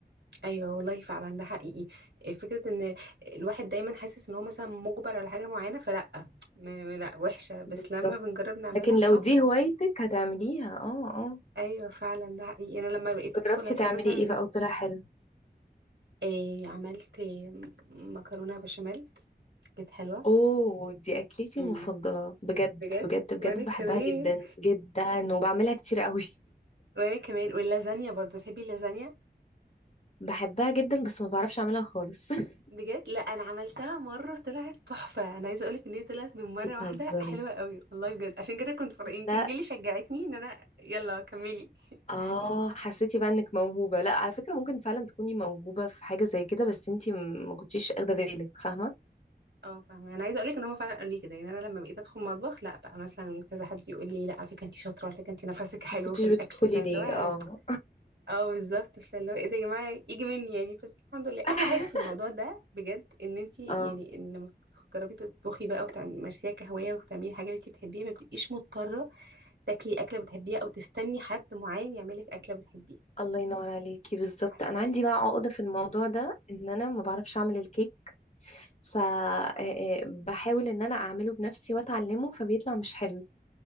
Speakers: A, on the right; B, on the left.
A: أيوة والله فعلا ده حقيقي إيه، فكرة إن الواحد دايما حاسس إن هو مثلا مجبر على حاجة معينة فلأ م- لأ وحشة بس
B: بالظبط
A: لما بنجرب نعملها
B: لكن
A: بحب
B: لو دي هوايتك هتعمليها اه اه
A: ايوه فعلا ده حقيقي انا لما بقيت ادخل
B: جربتي
A: عشان
B: تعملي
A: مثلا
B: ايه بقى وطلع حلو
A: إيه عملت إيه، مكرونه بشاميل كانت حلوة
B: اوه دي اكلتي
A: امم
B: المفضله بجد
A: بجد
B: بجد بجد
A: وانا كمان
B: بحبها جدا جدا وبعملها كتير قوي
A: وانا كمان واللازانيا برضو تحبي اللازانيا
B: بحبها جدا بس ما بعرفش اعملها خالص <laughs>
A: بجد لا انا عملتها مرة طلعت تحفة انا عايزة اقولك ان هي طلعت من مرة
B: بتهزري
A: واحدة حلوة قوي والله بجد عشان كده كنت فرق يمكن
B: لا
A: دي اللي شجعتني ان انا يلا كملي <laughs>
B: اه حسيتي بقى انك موهوبه لا على فكره ممكن فعلا تكوني موهوبه في حاجه زي كده بس انتي م- ما كنتيش اخده بالك فاهمه
A: اه فاهمة انا عايزة اقولك ان هما فعلا قالوا لي كده يعني انا لما بقيت ادخل مطبخ لا بقى مثلا كذا حد يقول لي لا على فكرة انت شاطرة على فكرة انت نفسك حلو
B: ما كنتيش
A: في الاكل
B: بتدخلي
A: فاللي
B: ليه
A: هو
B: اه
A: اه بالظبط فاللي هو ايه ده يا جماعه يجي مني يعني بس الحمد لله
B: <laughs>
A: احلى حاجه في الموضوع ده بجد ان انت يعني
B: اه
A: ان لما تجربي تطبخي بقى وتمارسيها كهوايه وتعملي حاجه اللي انت بتحبيها ما بتبقيش مضطره تاكلي اكله بتحبيها او تستني حد معين يعمل لك اكله بتحبيها
B: الله ينور عليكي بالظبط
A: عارفه
B: انا
A: ال...
B: عندي بقى عقده في الموضوع ده ان انا ما بعرفش اعمل الكيك فبحاول ان انا اعمله بنفسي واتعلمه فبيطلع مش حلو